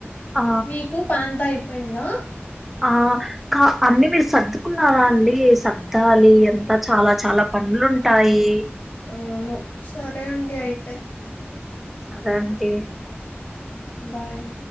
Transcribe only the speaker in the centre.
ఆ
ఆ కా అన్నీ మీరు సర్దు కున్నారా అండి సర్దాలి అంత చాలా చాలా పనులుంటాయి
అదేంటి